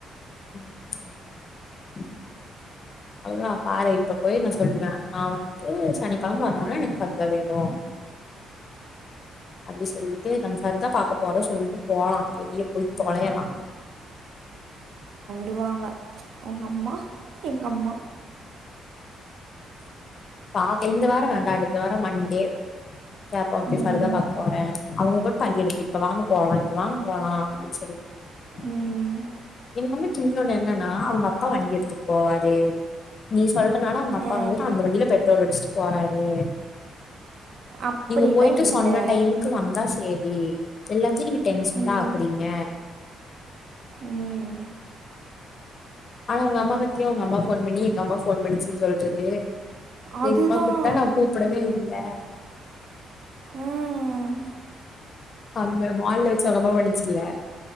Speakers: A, on the left; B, on the right.
A: <inaudible> அதா பாரு இப்ப போய் நா சொல்லுவ நா வந்துட்டு சனிக்கெழம ஆனோனே எனக்கு ஃபர்தா வேணு அப்டி சொல்லிட்டு நம்ம ஃபர்தா பாக்க போறோ சொல்ட்டு போலா வெளிய போய் தொலையலா
B: டுவாங்க உங்க அம்மா எங்கம்மா
A: பாக்க இந்த வாரொ வேண்டா அடுத்த வாரொ மண்டே கேப்போ இப்ப
B: ம்,
A: போய் ஃபர்தா பாக்க போற அவ்ங்களைய போட் பந்தி எடுத்து இப்ப வாங்க போகலா இப்ப வாங்க போலா அப்டின் சொல்லுவ <unintelligible>
B: ம்,
A: என்னன்னா அவ்ங்க அப்பா வண்டி எடுத்துட் போவாரு நீ சொல்றனால அவ்ங்க அப்பா
B: ஆ,
A: வந்து அந்த வண்டியில பெட்ரோல் அடிச்சுட்டு போறாரு
B: அப்படிலாம்
A: நீங்க போயிட்டு
B: இல்லை
A: சொன்ன டைமுக்கு வந்தா சே ரி எல்லாத்தியு நீங்க டென்சன்தா
B: ம்,
A: ஆக்குறீங்க
B: ம்,
A: ஆனா உங்க அம்மா பாத்தியா உங்க அம்மா ஃபோன் பண்ணி எங்கம்மா ஃபோன் பண்ணுச்சுன் சொல்றது
B: அதுதான்
A: எங்கம்மா கூப்ட்டா நா கூப்புடவே இல்ல
B: ஆ, ம்,
A: அங்க மால்ல வச்சு உங்க அம்மாவ அடிச்சீல்ல